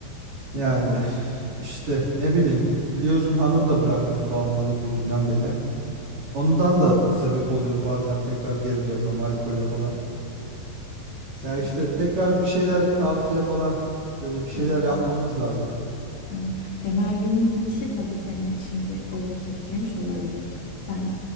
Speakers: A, on the right; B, on the left.
A: Yani <laughs> işte ne bileyim biliyorsun hanım da bıraktı bu bağımlılık yüzünden beni. Ondan da sebep oluyor bazen tekrar geri dönmem alkole falan.
B: İşte
A: Ya işte tekrar bir şeyler tavsiye falan böyle bir şeyler
B: evet.
A: yapmamız lazım.
B: Evet. Ya Merve'nin gidişi tabii seni şimdi olumsuz etkilemiş olabilir. Sen